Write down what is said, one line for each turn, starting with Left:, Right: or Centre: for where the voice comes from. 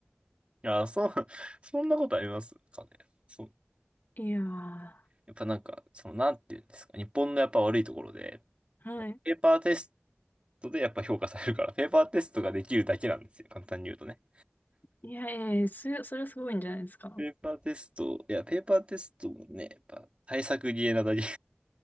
Right: や、そう、<laughs> そんなことありますかね。そう。
Left: いやー、は
Right: やっぱなんか、その、なんていうんですか。日本のやっぱ悪いところで、
Left: い。
Right: ペーパーテストでやっぱ評価されるから、ペーパーテストができるだけなんですよ。簡単に言うとね。
Left: いやいやいや、すそれ、はすごいんじゃないですか。
Right: ペーパーテスト、いや、ペーパーテストもね、やっぱ対策ゲーなだけ。<laughs> い